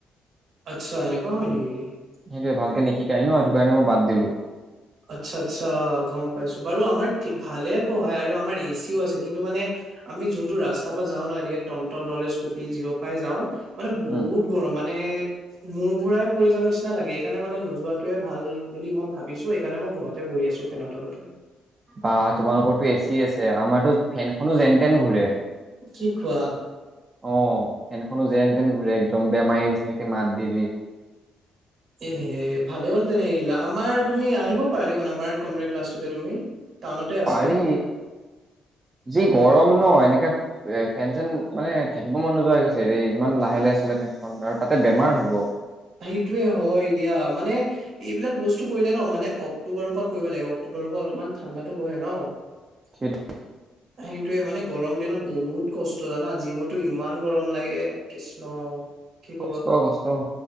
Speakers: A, on the right; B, on the right.
A: আচ্ছা এনে কোৱা হয় নেকি।
B: সেইটোৱে ভালকে নিশিকাই ন সেইটো কাৰণে মই বাদ দিলো।
A: আচ্ছা আচ্ছা গম পাইছো বাৰু আমাৰ ভালে পঢ়ায় আৰু আমাৰ এ। ও আছে কিন্তু মানে আমি যোনটো ৰাস্তাৰ পৰা যাওঁ ন এনেকে টমটম নহলে স্কুটি যিহৰ পৰাই যাওঁ মানে বহুত
B: উম
A: গৰম মাত মানে মোৰ ঘোৰাই পৰি যাম নিচিনা লাগে এইকাৰণে মানে নোযোৱাতোয়ে ভাল বুলি মই ভাবিছো সেইকাৰণে মই ঘৰতে বহি আছো ফেনৰ তলতে
B: বা তোমালোকতো এচি আছে আমাৰতো ফেনখনো যেন তেন ঘুৰে
A: কি কোৱা
B: অ ফেনখনো যেন তেন ঘূৰে একদম বেমাৰী নিচিনাকে মাত দি দি
A: এহে ভালে হ'ল তেনে এৰিলা আমাৰ তুমি আহিব পৰা দেখুন আমাৰ কম্পিউটাৰ ক্লাষ্ট তোলে তুমি টাউনতে আছে।
B: পাৰি যি গৰম ন এনেকে এ ফেন চেন মানে থাকিব মন নোযোৱা হৈ গৈছেৰে ইমান লাহে লাহে চলে ফেনখন আৰু তাতে বেমাৰ হ'ব
A: সেইটোৱে হয় দিয়া মানে এইবিলাক বস্তু কৰিলে ন মানে অক্টোবৰৰ পৰা কৰিব লাগে অক্টোবৰৰ পৰা অলপমান ঠাণ্ডাতো বহে ন
B: সেইটো
A: সেইটোয়ে মানে গৰম দিনত বহুত কষ্ট জানা জিমত টো ইমান গৰম লাগে কৃষ্ণ কি কবা
B: কষ্ট কষ্ট